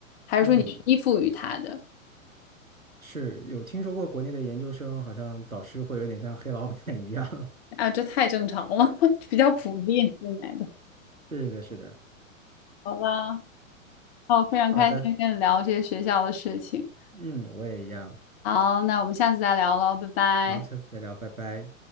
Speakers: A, on the left (about 50°); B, on the right (about 85°).
A: 还是说你是依附于他的？
B: 嗯。是有听说过国内的研究生，好像导师会有点像黑老板一样。<laughs>
A: 啊，这太正常了，<laughs> 比较普遍现在的。
B: 是的，是的。
A: 好吧，哦，非常开心跟你聊这些学校的事情。
B: 好的，嗯，我也一样。
A: 好，那我们下次再聊喽，拜拜。
B: 好，下次再聊，拜拜。